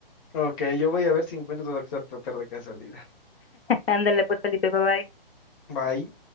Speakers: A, on the left; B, on the left.
A: Ok, yo voy a ver si encuentro doctor Pepper de casualidad.
B: Ándale pues, Felipe, bye bye.
A: bye